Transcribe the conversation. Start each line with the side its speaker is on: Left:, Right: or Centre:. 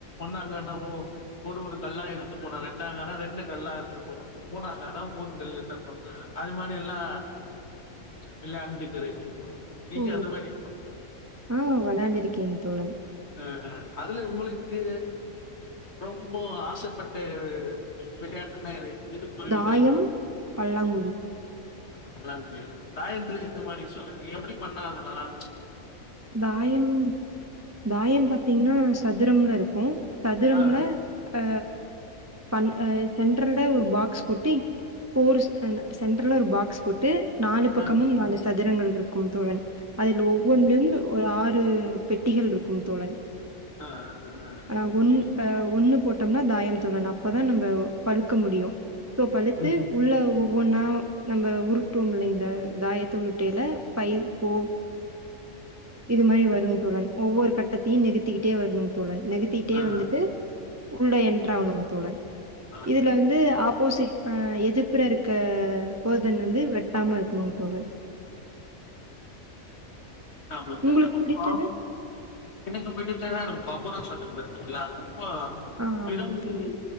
Left: ஒன்னாங்கான்னா ஓ ஒரு ஒரு கல்லா எடுத்து போனு ரெண்டாங்கன்னா ரெண்டு கல்லா எடுத்துட்டு போனு மூணாங்கானா மூணு மூணு கல்ல எடுத்தெடுத்து போடனு அது மாரி எல்லா விளையாண்டுக்குறே நீங்க
Right: ஓ!
Left: அந்த மாரி
Right: ஆ வெளாயாண்டு இருக்கே நீ தோழன்
Left: அ அ அதுல உங்களுக்கு ரொம்போ ஆசைப்பட்ட விளையாட்டுனா எது எது குருவிகள்?
Right: தாயம் பல்லாங்குழி
Left: பல்லாங் குழில தாயத்துல எந்த மாரி சொல்லுங்க எப்டி பண்ணா அது நல்லாருக்கு
Right: தாயம் தாயம் பாத்தீங்னா சதுரம்ல இருக் சதுரம்ல
Left: ஆ.
Right: ஆ பன் ஆ சென்ட்ரல் ல ஒரு பாக்ஸ் பொட்டி போர் அ சென்ட்ரல்ல ஒரு பாக்ஸ் போட்டு நாலு பக்கமும்
Left: ஆ.
Right: நாலு சதுரங்கள் இருக்கு தோழன் அதில் ஒவ்வொன்னும் ஆறு பெட்டிகள் இருக்கும் தோழன்
Left: ஆ ஆ ஆ
Right: ஆஹ் ஒன்
Left: ஓகே ம்
Right: ஆஹ் ஒண்ணு போட்டம்னா தாயம் தெர்லனா அப்பதா நம்ப பழுக்க முடியு சோ பழுத்து
Left: ம் ம்
Right: உள்ள
Left: ம்
Right: ஒவ்வொன்னா நம்ம உருட்டுவோம் இல்லைங்ளா தாயத்த உருட்டையில ஃபைவ் ஃபோர் இது மாரி வரும் தோழன் ஒவ்வொரு கட்டத்தையு நெகுத்திக்கிட்டே வரணு தோழன் நகுத்திட்டே
Left: ஆ
Right: வந்துட்டு உள்ள எண்ட்ரு ஆவணுங்க தோழன்
Left: ஓகே
Right: இதுல வந்து ஆப்போசிட் ஆ எதிர்ப்புற இருக்க போதன் வந்து வெட்டாம இருக்கணுங் தோழன்
Left: <unintelligible> ஆ
Right: உங்களுக்கு பிடிச்சது?
Left: எனக்கு போய்ட்டு <unintelligible> பம்பரொ சொன்ன பாத்தீங்களா ஆமா
Right: ஆ ஆமாங்க
Left: விரும்பி
Right: தோழன்.